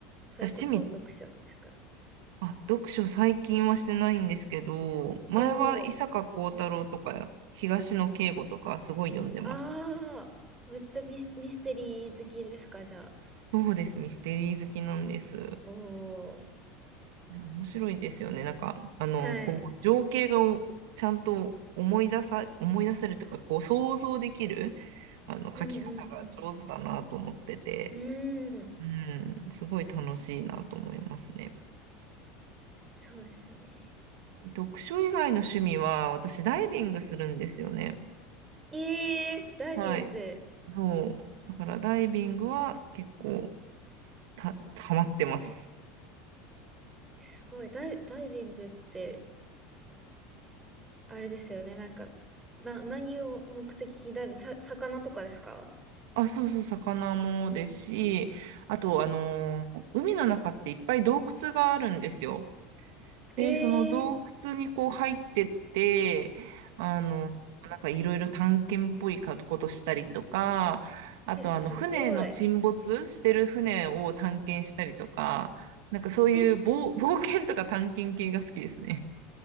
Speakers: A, on the right; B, on the right.
A: それこそ読書ですか
B: 私、趣味あ、読書最近はしてないんですけど、前は伊坂幸太郎とか東野圭吾とかすごい読んでました。
A: おおー。ああ、めっちゃミス、ミステリー好きですか、じゃあ。
B: そうです、ミステリー好きなんです。
A: おー。
B: いや面白いですよね。なんか、あの、
A: はい。
B: こう、情景がおちゃんと思い出さ、思い出せるとか、こう、想像できる、あの、書き方が上手だなと思ってて、
A: うんうんうん。うーん。
B: うん、すごい楽しいなと思いますね。
A: そうですね。
B: 読書以外の趣味は、私、ダイビングするんですよね。
A: ええーダイビング。
B: はい。そう。だからダイビングは結構た、ハマってます。
A: すごい。ダイ、ダイビングって、あれですよね。なんか、な、何を目的にダイビング、さ、魚とかですか
B: あ、そうそう、魚もですし、あと、あのー海の中っていっぱい洞窟があるんですよ。で、
A: ええ
B: その洞窟にこう入ってって、あの、なんかいろいろ探検っぽいことしたりとか、あと、
A: ーえ、すごい。
B: あの、船の沈没してる船を探検したりとか、なんかそういう冒、
A: え、
B: 冒険とか探検系が好きですね。